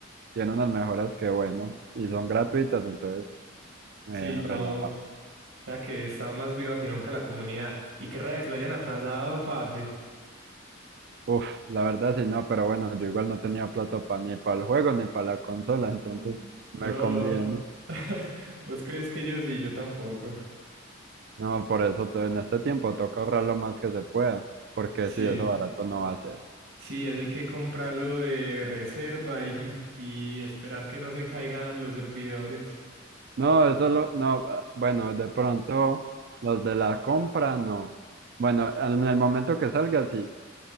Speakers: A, on the right; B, on the right.
A: tiene unas mejoras que bueno, y son gratuitas, entonces. Eh,
B: Sí, no,
A: relajado.
B: o sea que está más viva que nunca la comunidad. Y qué raya que la hayan atrasado, parce.
A: Uf, la verdad sí, no, pero bueno, yo igual no tenía plata pa- ni para el juego ni para la consola, entonces
B: Mm.
A: me
B: No.
A: conviene.
B: <laughs> ¿Vos crees que yo sí? Yo tampoco.
A: No, por eso to- en este tiempo toca ahorrar lo más que se pueda, porque
B: Sí,
A: si eso barato no va a ser.
B: sí, eso hay que comprarlo de reserva y, <laughs> y esperar que no se caigan los servidores.
A: No, eso lo, no, ah, bueno, de pronto los de la compra no. Bueno, al- en el momento que salga sí,